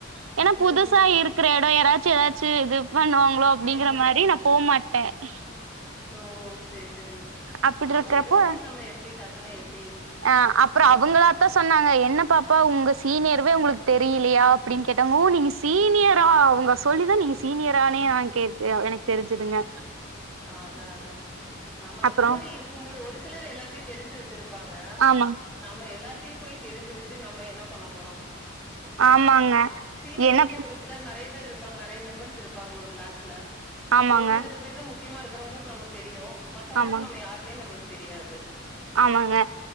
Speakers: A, on the right; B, in the centre.
A: ம்ச ஏன்னா புதுசா
B: ம்.
A: இருக்குற எடோ யாரா ச்சீ ஏதாச்சு இதும் பண்ணுவாங்களோ அப்படிங்கற
B: ம்.
A: மாரி நா போ மாட்டே அஹ
B: ஓ செரி செரி
A: அப்டி
B: ஆமா
A: இருக்கிறப்போ
B: எதுவுமே நம்ம எப்பிடி டக்குன்னு எப்பிடி
A: ஆ அப்புறோ அவங்களாதா சொன்னாங்க என் என்ன பாப்பா உங்க சீனியர்வே உங்களுக்கு தெரியலையா அப்படின்னு கேட்டாங்க ஓ நீங்க சீனியரா அவங்க சொல்லிதா நீங்க சீனியரானே நா கேட்ட எனக்கு தெரிஞ்சதுங்க
B: ஆ அதா அதா நம்ம அந்த
A: அப்றோ
B: மாரி இருக்கும் போது ஒரு சிலர் எல்லாத்தையு தெரிஞ்சு வெச்சிரு பாங்க
A: ஆமா
B: நம்ம எல்லாத்தையு போயி தெரிஞ்சு வெச்சு நம்ம என்ன பண்ணப் போறோ
A: ஆமாங்க
B: சீனியர்ஸ்லேயே
A: என்ன
B: ஒரு சிலர் நறைய பேர் இருப் இருப்பாங்க நறைய மெம்பர்ஸ் இருப்பாங்க ஒரு கிளாஸ்ல
A: ஆமாங்க
B: ஒன்னு ரெண்டு பேர்தா முக்கி முக்கியமா இருக்கிறவங்களுக்கு நம்ம தெரியு மத்தவங்கள
A: ஆமாங்
B: நம்ம யாருனே நம்மளுக்கு தெரியாது
A: ஆமாங்க